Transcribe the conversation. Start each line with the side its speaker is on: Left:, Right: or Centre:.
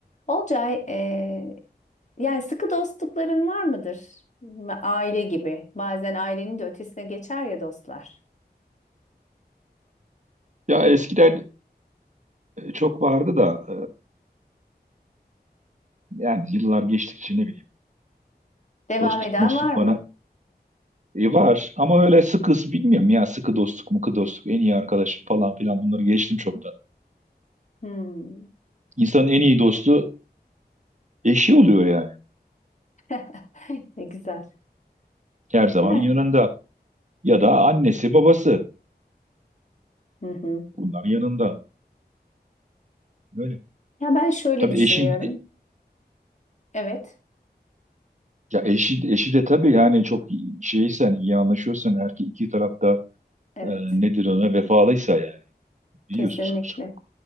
Left: Olcay, eee, yani sıkı dostlukların var mıdır? Ma- Aile gibi. Bazen ailenin de ötesine geçer ya dostlar.
Right: Ya eskiden e, çok vardı da e, yani yıllar geçtikçe ne bileyim
Left: Devam
Right: dostluk
Left: eden
Right: mostluk
Left: var mı?
Right: bana e, var ama öyle sıkı bilmiyorum ya sıkı dostluk mıkı dostluk en iyi arkadaşım falan filan bunları geçtim çoktan.
Left: Hmm.
Right: İnsanın en iyi dostu eşi oluyor yani
Left: <laughs> Ne güzel.
Right: her zaman
Left: Ben.
Right: yanında ya da
Left: Hı
Right: annesi
Left: hı.
Right: babası
Left: Hı hı.
Right: bunlar yanında öyle.
Left: Ya ben şöyle
Right: Tabii
Left: düşünüyorum.
Right: eşin e,
Left: Evet,
Right: ya eşi, eşi de tabii yani çok iyi- şeysen iyi anlaşıyorsan her iki iki tarafta
Left: evet.
Right: e, nedir ona vefalıysa yani biliyorsun
Left: Kesinlikle.
Right: sonuçta